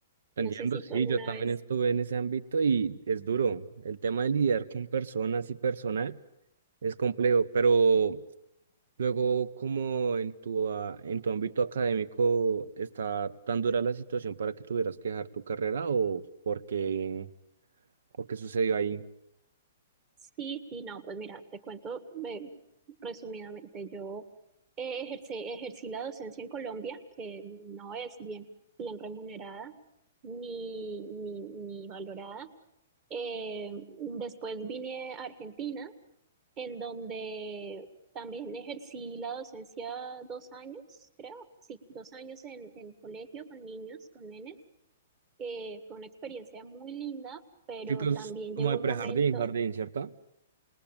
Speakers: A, on the right; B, on the right.
A: Te
B: No
A: Entiendo,
B: sé si
A: sí,
B: tú alguna
A: yo también
B: vez,
A: estuve en ese ámbito y es duro. El tema de lidiar con personas y personal es complejo, pero luego como en tu, ah, en tu ámbito académico está tan dura la situación para que tuvieras que dejar tu carrera o por qué, o qué sucedió ahí.
B: sí, sí, no, pues mira, te cuento eh, resumidamente, yo eh, ejercé- ejercí la docencia en Colombia, que no es bien, bien remunerada ni, ni, ni valorada. Eh, después vine a Argentina, en donde también ejercí la docencia dos años, creo, sí, dos años en, en colegio con niños, con nenes. Eh, fue una experiencia muy linda, pero
A: chicos
B: también
A: como
B: llegó
A: de
B: un
A: prejardín,
B: momento,
A: jardín, ¿cierto?